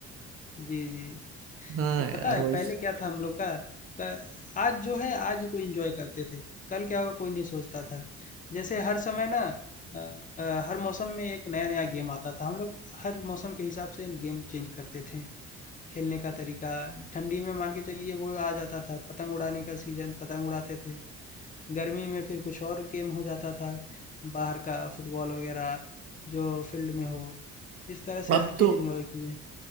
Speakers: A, on the left; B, on the right.
A: जी, जी।
B: हाँ
A: तो
B: यार
A: पता है
B: वही
A: पहले क्या था हम लोग का, क आज जो है आज को एन्जॉय करते थे, कल क्या होगा कोई नहीं सोचता था। जैसे हर समय ना अ अ, हर मौसम में एक नया-नया गेम आता था, हम लोग हर मौसम के हिसाब से गेम चेंज करते थे। खेलने का तरीका, ठंडी में मान के चलिए वो आ जाता था पतंग उड़ाने का सीज़न, पतंग उड़ाते थे। गर्मी में फिर कुछ और गेम हो जाता था, बाहर का फुटबॉल वगैरह जो फील्ड में हो। इस तरह से
B: अब
A: हर
B: तो
A: चीज़ एन्जॉय किए।